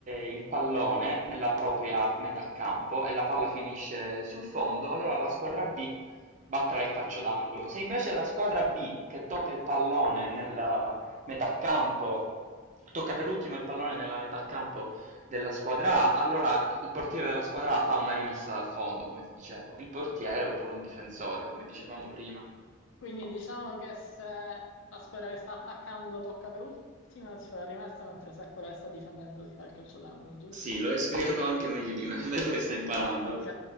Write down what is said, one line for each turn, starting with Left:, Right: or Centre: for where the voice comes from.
Right: il pallone nella propria metà campo e la palla finisce sul fondo, allora la squadra B batterà il calcio d'angolo. Se invece la squadra B che tocca il pallone nella metà campo, tocca per ultimo il pallone nella metà campo della squadra A, allora il portiere della squadra A fa una rimessa dal fondo, come ti dicevo, il portiere oppure un difensore, come dicevamo prima.
Left: Quindi diciamo che se la squadra che sta attaccando tocca per ultima, si fa la rimessa, mentre se quella che sta difendendo si fa il calcio d'angolo, giusto?
Right: Sì, lo hai spiegato anche meglio di me, <laughs> vedo che stai imparando.
Left: Ok,